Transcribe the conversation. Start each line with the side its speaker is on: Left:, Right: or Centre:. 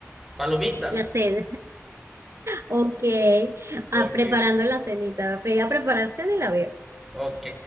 Centre: palomitas.
Right: la sé. Ok, ah,
Centre: Ok.
Right: preparando la cenita. Pero ya prepararse ni la veo.
Centre: Ok.